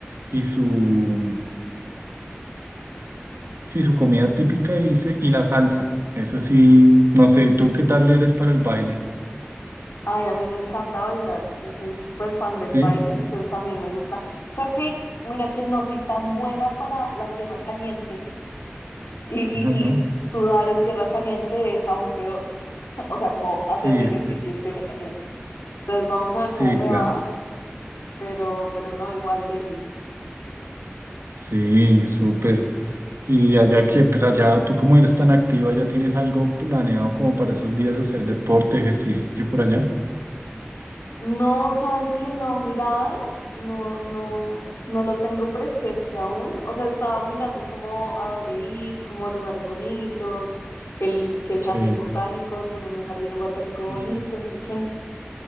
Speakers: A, on the right; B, on the left.
A: y su, sí, su comida típica y, se- y la salsa. Eso sí, no sé, ¿tú qué tal eres para el baile?
B: Ay, a mí me encanta bailar. Yo soy súper fan del
A: ¿Sí?
B: baile, entonces también me gusta. Creo que, mira que no soy tan buena para la tierra caliente y, y,
A: <laughs> ¿No?
B: y sudar en tierra caliente es aún peor. <laughs> O sea, como hacer
A: Sí,
B: de ejercicio
A: este,
B: en tierra caliente. Entonces vamos a ver
A: sí,
B: cómo me
A: claro.
B: va, pero, pero no, igual Delhi
A: Sí, súper. Y allá que, pues allá tú como eres tan activa, ya tienes algo planeado como para esos días hacer deporte, ejercicio por allá.
B: No, sabes que no he mirado, no, no, no lo tengo presente aún. O sea, he estado mirando, es como a dónde ir, como lugares bonitos, que el, que el jardín
A: Sí,
B: botánico, tienen un jardín botánico
A: sí,
B: bonito, no sé qué.